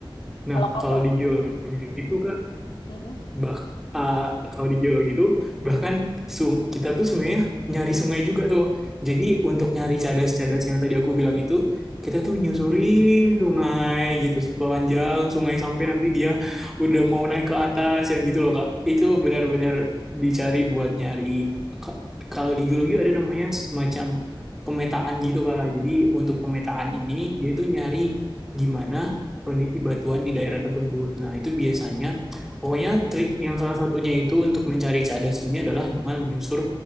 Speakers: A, in the centre; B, on the left (about 85°).
A: Nah
B: kalau kamu
A: kalau di geologi itu
B: Mm-mm.
A: bah uh, kalau di geologi itu bahkan su- kita tuh sebenarnya nyari sungai juga tuh. Jadi untuk nyari cadas-cadas yang tadi aku bilang itu, kita tuh menyusuri sungai gitu sepanjang sungai sampai nanti dia udah mau naik ke atas yang gitu loh Kak. Itu benar-benar dicari buat nyari. Ka- Kalau di geologi ada namanya semacam pemetaan gitu Kak. Jadi untuk pemetaan ini dia tuh nyari gimana kondisi batuan di daerah tersebut. Nah, itu biasanya Pokoknya trik yang salah satunya itu untuk mencari cadas ini adalah dengan menyusur